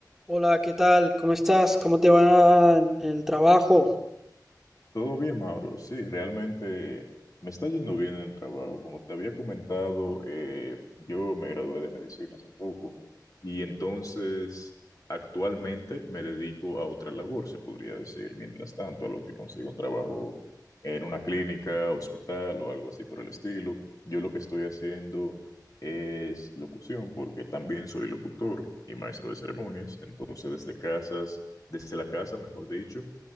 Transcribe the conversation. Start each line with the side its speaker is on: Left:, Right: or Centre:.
Centre: Hola, ¿qué tal? ¿Cómo estás? ¿Cómo te va en el trabajo?
Left: Todo bien, Mauro. Sí, realmente me está yendo bien en el trabajo. Como te había comentado, eh, yo me gradué de medicina hace poco y entonces actualmente me dedico a otra labor, se podría decir, mientras tanto, a lo que consigo un trabajo en una clínica, hospital o algo así por el estilo. Yo lo que estoy haciendo es locución porque también soy locutor y maestro de ceremonias. Entonces, desde casas, desde la casa, mejor dicho.